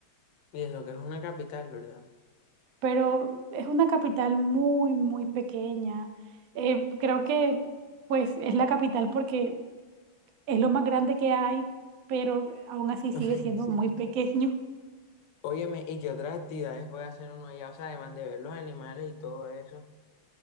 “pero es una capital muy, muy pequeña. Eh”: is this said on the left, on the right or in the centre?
Right